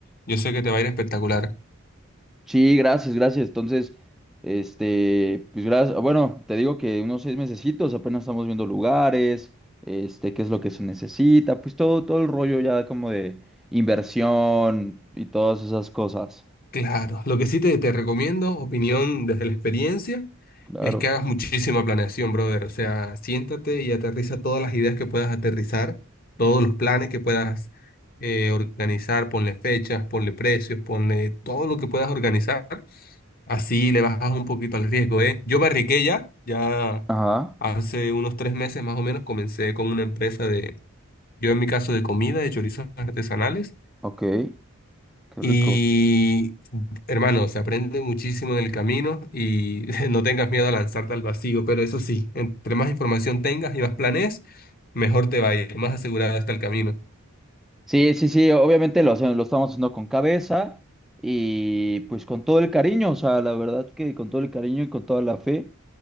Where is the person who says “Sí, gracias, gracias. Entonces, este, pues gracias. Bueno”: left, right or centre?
Centre